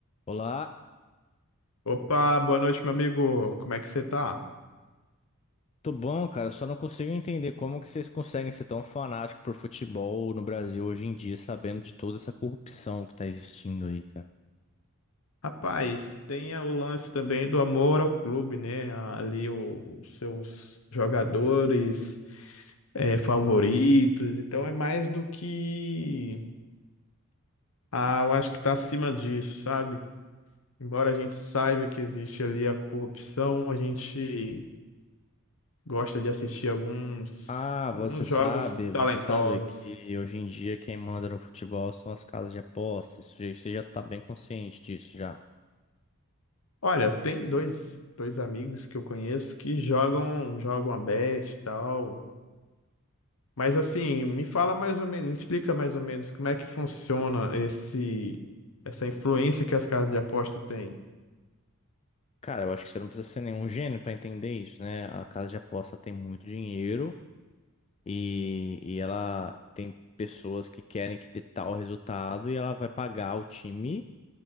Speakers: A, on the left; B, on the left.
A: Olá,
B: Opa, boa noite, meu amigo. Como é que você tá?
A: tudo bom, cara? Eu Só não consigo entender como que vocês conseguem ser tão fanáticos por futebol no Brasil hoje em dia, sabendo de toda essa corrupção que tá existindo aí, cara.
B: Rapaz, tem o lance também do amor ao clube, né? Ali o- os seus jogadores eh, favoritos. Então é mais do que. Ah, eu acho que tá acima disso, sabe? Embora a gente saiba que existe ali a corrupção, a gente gosta de assistir alguns,
A: Ah, você
B: alguns
A: sabe,
B: jogos
A: você
B: talentosos.
A: sabe que hoje em dia quem manda no futebol são as casas de apostas. Você você já tá bem consciente disso já.
B: Olha, tem dois, dois amigos que eu conheço que jogam, jogam a bet e tal. Mas assim, me fala mais ou menos, me explica mais ou menos como é que funciona esse, essa influência que as casas de aposta têm.
A: Cara, eu acho que você não precisa ser nenhum gênio pra entender isso, né? A casa de aposta tem muito dinheiro e, e ela tem pessoas que querem que dê tal resultado e ela vai pagar o time.